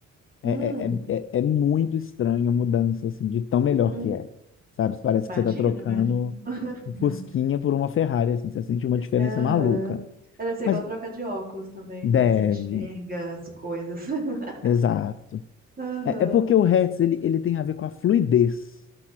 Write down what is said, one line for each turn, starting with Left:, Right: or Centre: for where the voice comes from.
Left: É,
Right: Hum,
Left: é, é, é é muito estranho a mudança, assim, de tão melhor
Right: hum.
Left: que é. Sabe? Parece
Right: Imagino,
Left: que você está trocando
Right: imagino. <laughs>
Left: um Fusquinha por uma Ferrari, assim. Você sente uma diferença
Right: Aham.
Left: maluca.
Right: É, Deve ser
Left: Mas
Right: igual trocar de óculos também,
Left: deve,
Right: né? Você enxerga as coisas. <laughs>
Left: exato.
Right: Aham.
Left: É, é porque o hertz ele, ele tem a ver com a fluidez,